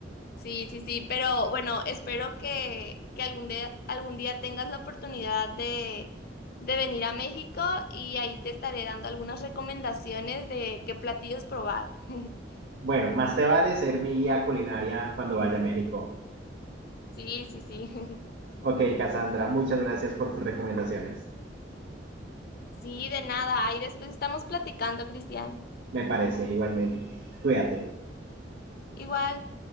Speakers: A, on the left (about 60°); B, on the right (about 70°).
A: Sí, sí, sí, pero bueno, espero que, que algún día, algún día tengas la oportunidad de, de venir a México y ahí te estaré dando algunas recomendaciones de qué platillos probar. <laughs>
B: Bueno, más te vale ser mi guía culinaria cuando vaya a México.
A: Sí, sí, sí. <laughs>
B: Ok, Cassandra, muchas gracias por tus recomendaciones.
A: Sí, de nada. Ahí después estamos platicando, Cristian.
B: Me parece, igualmente. Cuídate.
A: Igual.